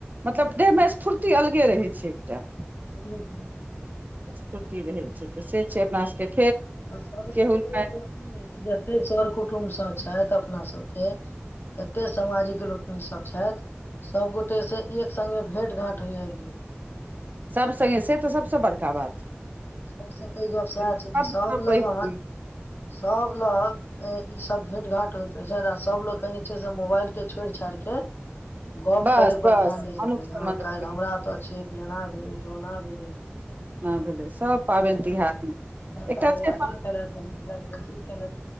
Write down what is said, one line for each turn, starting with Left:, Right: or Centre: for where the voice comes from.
Right: मतलब देह मे स्फूर्ति अलगे रहै छै एकटा
Left: चलिओ गे
Right: स्फूर्ति रहै छै तऽ से छै अपना स के
Left: आ सबसे
Right: हुलमेल
Left: पैघि गप ई रहै छै जते सर कुटुम सब छै छैथ अपना सबके एते सामाजिक लोकनि सब छैथ सभगोटेसँ एक सगें भेँट घाँट होइया एक दिन
Right: सब सगें से तऽ सबसे बड़का बात
Left: सबसे पैघ गप
Right: से
Left: सएह
Right: तऽ
Left: छै
Right: सभसँ
Left: जे सब
Right: पैघ
Left: लग
Right: दिन।
Left: अहां सब लग अ ईसभ भेंट घांट होइत रहै छै आ सभलोकनि जे छै से मोबाइल के छोड़ि छाड़ि के गप
Right: बस
Left: करयपर
Right: बस
Left: ध्यान दै छथिन
Right: मनुख से
Left: हँ
Right: मनुख
Left: काल्हि हमरा तऽ छियै तऽ एना भेलै तऽ ओना भेलै
Right: ना भेलै सभ पाबनि
Left: आरे
Right: तिहारमे
Left: बरका
Right: एकटा
Left: बौआ
Right: छै पर-
Left: ई तरह के मतलब इ फलां